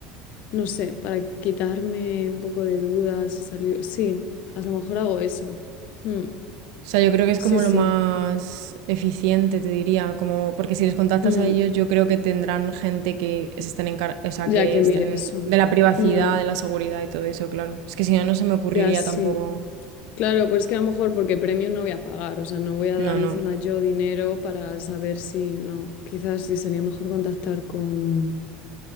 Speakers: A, on the left; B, on the right.
A: no sé, para quitarme un poco de dudas y salir, sí, a lo mejor hago eso. Mm,
B: O sea, yo creo que es
A: Sí,
B: como
A: sí,
B: lo más eficiente, te diría, como porque si les contactas
A: Mm,
B: a ellos, yo creo que tendrán gente que se estén encar- o sea,
A: ya
B: que
A: que
B: estén
A: mire eso.
B: de la privacidad,
A: Mm,
B: de la seguridad y todo eso, claro. Es que si no, no se me ocurriría
A: Ya sí.
B: tampoco.
A: Claro, pues que a lo mejor porque premio no voy a pagar, o sea, no voy a
B: No,
A: dar
B: no.
A: encima yo dinero para saber si no, quizás sí sería mejor contactar con,